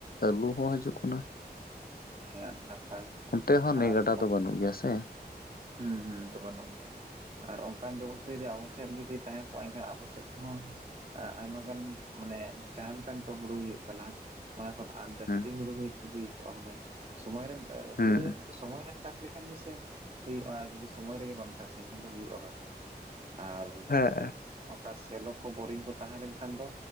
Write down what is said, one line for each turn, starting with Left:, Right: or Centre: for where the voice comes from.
Left: ᱟᱹᱞᱩ ᱦᱚᱸ ᱦᱤᱡᱩᱜ ᱠᱟᱱᱟ᱾
Right: ᱦᱮᱸ ᱟᱹᱰᱤ ᱱᱟᱯᱟᱭ
Left: ᱚᱱᱛᱮ ᱦᱚᱸ ᱱᱟᱹᱭ
Right: ᱟᱨ
Left: ᱜᱟᱰᱟ ᱫᱚ
Right: ᱚᱝ
Left: ᱵᱟᱹᱱᱩᱜ ᱜᱮᱭᱟ ᱥᱮ,
Right: ᱦᱩᱸ ᱦᱩᱸ ᱚᱱᱛᱮ ᱵᱟᱱᱩᱜ ᱜᱮᱭᱟ᱾ ᱟᱨ ᱚᱱᱠᱟᱱ ᱵᱮᱵᱚᱥᱛᱷᱟ ᱡᱚᱫᱤ ᱟᱵᱚ ᱥᱮᱫ ᱡᱚᱫᱤ ᱛᱟᱦᱮᱸ ᱠᱚᱜ-ᱟ ᱮᱱᱠᱷᱟᱱ ᱟᱵᱚ ᱥᱮᱫ ᱨᱮᱦᱚᱸ ᱮᱸ ᱟᱭᱢᱟ ᱜᱟᱱ ᱢᱟᱱᱮ ᱡᱟᱦᱟᱸ ᱞᱮᱠᱟᱱ ᱛᱚ ᱦᱩᱲᱩ ᱦᱩᱭᱩᱜ ᱠᱟᱱᱟ, ᱚᱱᱟ ᱠᱷᱚᱱ ᱟᱨ ᱡᱟᱹᱥᱛᱤ
Left: ᱦᱮᱸ
Right: ᱦᱩᱲᱩ ᱦᱚᱭᱛᱚ ᱦᱩᱭ ᱠᱚᱜ-ᱟ ᱦᱩᱱᱟᱹᱝ, ᱥᱚᱢᱚᱭ ᱨᱮᱢ ᱮᱸ
Left: ᱦᱮᱸ
Right: ᱦᱩᱲᱩ ᱫᱚ ᱥᱚᱢᱚᱭ ᱨᱮᱢ ᱪᱟᱥ ᱞᱮᱠᱷᱟᱱ ᱜᱮᱥᱮ ᱦᱩᱭᱩᱜ-ᱟ ᱟᱨ ᱡᱩᱫᱤ ᱥᱚᱢᱚᱭ ᱨᱮᱜᱮ ᱵᱟᱢ ᱪᱟᱥᱟ ᱮᱱᱠᱷᱟᱱ ᱫᱚ ᱦᱩᱭᱩᱜ-ᱟ ᱚᱠᱟ ᱠᱷᱚᱱ, ᱟᱨ
Left: ᱦᱮᱸ
Right: ᱚᱠᱟ ᱥᱮᱞᱚ ᱠᱚ, ᱵᱳᱨᱤᱝ ᱠᱚ ᱛᱟᱦᱮᱸ ᱞᱮᱱᱠᱷᱟᱱ ᱫᱚ,